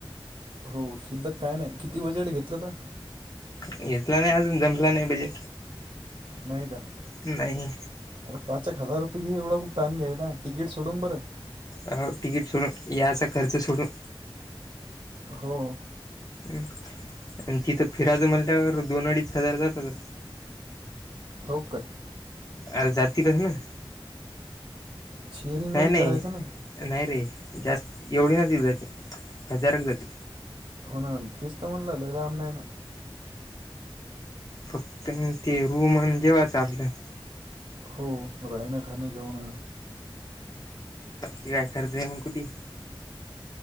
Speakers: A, on the right; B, on the left.
A: हो शिल्लक काय नाही किती बजेट घेतलं तर.
B: घेतला नाही अजून जपला नाही पाहिजे.
A: नाही कात.
B: नाही.
A: अर पाच हजार रुपय घ एवढ कठ टा आण घ्याय ना तिकीट सोडून बरं.
B: अ तिकीट सोडून याचा खर्च सोडून.
A: हो.
B: हम आणि तिथं फिराज म्हणल्यावर दोन अडीच हजार जातात.
A: हो का.
B: आ जात र आहे ना.
A: शेअरिंगमध्ये
B: नाही नाही
A: करायचं
B: नाही रे जास्त एवढी नचऊ जाते हजारक जाते.
A: कोणा तस्सो म्हनलादामयन.
B: फक्त ते रूमन जेव्हा चाललं.
A: हो राहिना खाणं जाऊन.
B: की रखाते कुटी.